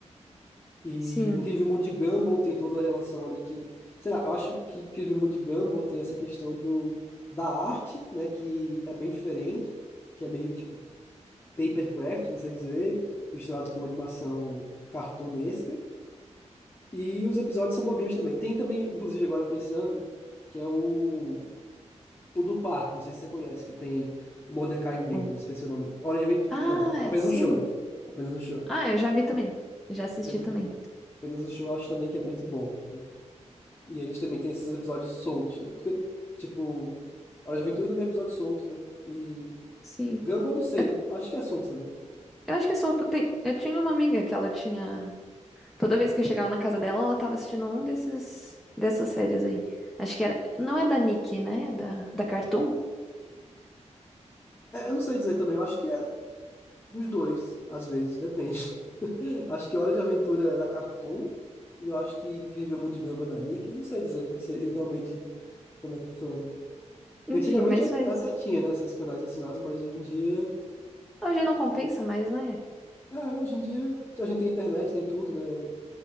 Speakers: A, on the left; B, in the centre.
A: E
B: sim.
A: Incrível Mundo de Gumball tem toda a relação ali que... Sei lá, eu acho que Incrível Mundo de Gumball tem essa questão do, da arte, né? Que é bem diferente que é meio tipo papercraft, não sei dizer, misturado com animação cartunesca. E os episódios são bobinhos também. Tem também, inclusive, agora pensando, que é o, o do parque, não sei se você conhece, que tem o Mordecai e o Rigby,
B: O-
A: eu esqueci o nome. Hora de Aventura.
B: Ah,
A: Não, apenas
B: sim.
A: um show. Apenas um show.
B: Ah, eu já vi também. Já assisti
A: Apenas,
B: também.
A: apenas um show, eu acho também que é muito bom. né? E eles também têm esses episódios soltos, né? Porque, tipo, Hora de Aventura também é episódio solto, né? E
B: Sim.
A: Gumball, eu não sei.
B: Eu
A: Acho que é solto também.
B: Eu acho que é solto. Tem... Eu tinha uma amiga que ela tinha. Toda vez que eu chegava na casa dela, ela tava assistindo um desses dessas séries aí. Acho que era. Não é da Nick, né? É Da, da Cartoon.
A: É, eu não sei dizer também. Eu acho que é, Dos dois, às vezes, depende. <laughs> Acho que Hora de Aventura é da Cartoon e eu acho que Incrível Mundo de Gamba é da Nick. Eu não sei dizer, não sei <laughs> realmente como é que funciona.
B: Enfim,
A: Antigamente
B: mas
A: eu
B: foi isso.
A: até tinha, né, esses canais assinados, mas hoje em dia,
B: Hoje não compensa mais, né?
A: ah, hoje em dia a gente tem internet, tem tudo, né?